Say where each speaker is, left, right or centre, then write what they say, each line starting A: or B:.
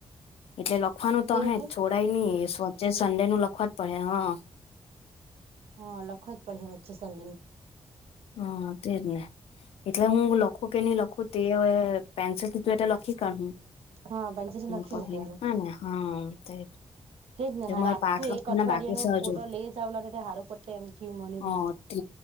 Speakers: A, on the left (about 85°); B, on the right (about 85°).
A: એટલે લખવાનું તો
B: એવું
A: અહે
B: કે
A: જ છોડાય ની વચ્ચે સન્ડેનું લખવા જ પડહે હ.
B: હા લખો જ પડે વચ્ચે સન
A: હા તેજ ને એટલે હું લખું કે નહી લખું તે હવે પેન્સિલ કીધું એ લખી કર
B: હા બંજેરે લખી
A: પ
B: મૂકવાનું
A: હ ને હા તે
B: એ જ ના હારૂ
A: મારે પાઠ લખવાના
B: એક અઠવાડિયા
A: બાકી છે
B: ન પોટો
A: હજુ
B: લે ચાવલાલે હારું પટે એમથી મને બી.
A: હ તે